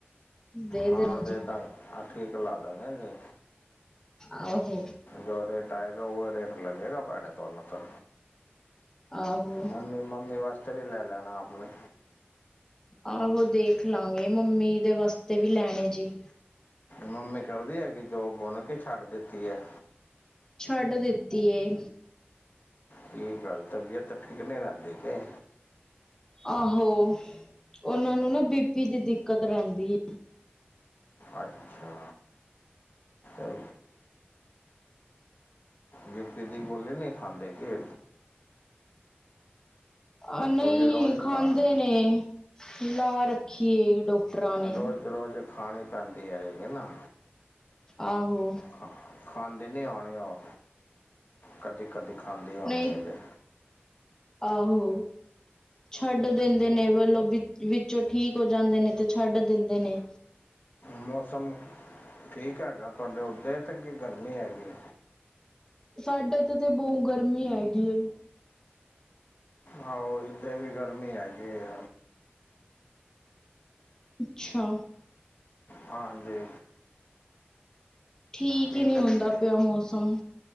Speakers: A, on the left; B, on the left.
A: ਦੇ
B: ਹਾਂ
A: ਦੇਣਾ
B: ਦੇਦਾ
A: ਜੀ
B: ਹਾ ਠੀਕ ਲਾ ਦੇਗਾ ਜੇ
A: ਆਹੋ!
B: ਜੋ ਰੇਟ ਆਏਗਾ ਓ ਰੇਟ ਲੱਗੇਗਾ ਭੈਣੇ ਤੁਹਾਨੂੰ ਤਾਂ।
A: ਆਹੋ
B: ਮੰਮੀ-ਮੰਮੀ ਵਾਸਤੇ ਵੀ ਲੈ ਲੈਣਾ ਆਪਣੇ।
A: ਆਹੋ ਦੇਖ ਲਾਂਗੇ ਮੰਮੀ ਦੇ ਵਾਸਤੇ ਵੀ ਲੈਣੇ ਜੀ।
B: ਮੰਮੀ ਕਰਦੀ ਹੈਗੀ ਜੋਬ ਬੁਣ ਕੇ ਛੱਡ ਦਿੱਤੀ ਐ।
A: ਛੱਡ ਦਿੱਤੀ ਏ।
B: ਕੀ ਗੱਲ ਤਬੀਅਤ ਠੀਕ ਨੀ ਰੈਂਦੀ ਕੇ।
A: ਆਹੋ ਉਨਾਂ ਨੂੰ ਨਾ ਬੀ ਪੀ ਦੀ ਦਿੱਕਤ ਰੈਂਦੀ।
B: ਅੱਛਾ, ਓ ਬੀ ਪੀ ਦੀ ਗੋਲੀ ਨੀ ਖਾਂਦੇ ਕੇ।
A: ਆ ਨਈ
B: ਗੋਲੀ ਰੋਜ਼
A: ਖਾਂਦੇ
B: ਖਾਣ
A: ਨੇ। ਲਾ ਰੱਖੀਏ ਡਾਕਟਰਾਂ ਨੇ।
B: ਰੋਜ਼ ਰੋਜ਼ ਖਾਣੀ ਪੈਂਦੀ ਹੈਗੀ ਨਾ।
A: ਆਹੋ!
B: ਖਾ ਖਾਂਦੇ ਨੀ ਹੋਣੀ ਓ, ਕਦੀ-ਕਦੀ ਖਾਂਦੀ ਹੋਣੀ
A: ਨਹੀਂ
B: ਅ ਜੇ।
A: ਆਹੋ! ਛੱਡ ਦਿੰਦੇ ਨੇ ਵੱਲੋਂ ਵਿੱਚ ਵਿੱਚੋਂ ਠੀਕ ਹੋ ਜਾਂਦੇ ਨੇ ਤੇ ਛੱਡ ਦਿੰਦੇ ਨੇ।
B: ਮੌਸਮ, ਠੀਕ ਹੈਗਾ ਤੁਹਾਡੇ ਉੱਦੇ 'ਤੇ ਕੀ ਗਰਮੀ ਹੈਗੀ?
A: ਸਾਡੇ ਏਤੇ ਤੇ ਬੋ ਗਰਮੀ ਹੈਗੀ ਏ।
B: ਆਹੋ ਏਧੇ ਵੀ ਗਰਮੀ ਹੈਗੀ ਏ।
A: ਅੱਛਾ!
B: ਹਾਂਜੀ।
A: ਠੀਕ
B: ਕੀ
A: ਈ ਨੀ
B: ਕਰੀਏ
A: ਹੁੰਦਾ ਪਿਆ ਮੌਸਮ।